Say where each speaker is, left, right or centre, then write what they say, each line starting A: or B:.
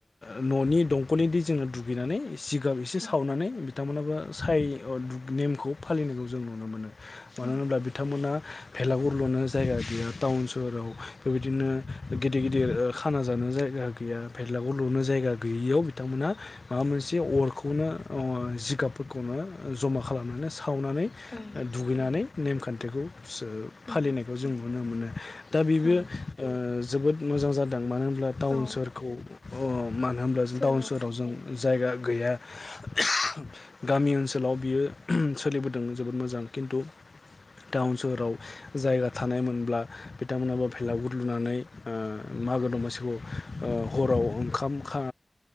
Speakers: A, on the left (about 65°); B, on the left (about 40°).
A: ननि दंकलनि दैजोंनो दुगैनानै जिगाब इसे
B: औ
A: सावनानै बि थां मोनाबो साय ओ दुग नेमखौ फालिनायखौ जों नुनो मोनो। मानो
B: ओं
A: होनब्ला बिथांमोना। भेलागुर लुनो जायगा गैया टाउन <unintelligible> बेबायदिनो गिदिर गिदिर ओ खाना जानो जायगा गैया। भेलागुर लुनो जायगा गैयियाव बिथांमोन माबा मोनसे अरखौनो ओ जिगाबफोरखौनो जमा खालामनानै सा खावनानै
B: ओं
A: दुगैनानै नेमखान्थिखौ। <unintelligible>
B: ओं
A: फालिनायखौ जों नुनो मोनो। दा बिबो
B: ओं
A: ओ जोबोद मोजां जादों मानो <unintelligible> टाउन
B: औ
A: सोहोर <inaudible> मानो होमब्ला जों
B: सोराव
A: टाउन सोहोराव जों जायगा गैया <unintelligible> गामि ओनसोलाव बियो <unintelligible> सोलिबोदों जोबोद मोजां किन्तु टाउन सोहोराव जायगा थानायमोनब्ला बिथांमोनाबो भेलागुर लुनानै ओ मागो दमासिखौ ओ हराव ओंखाम खा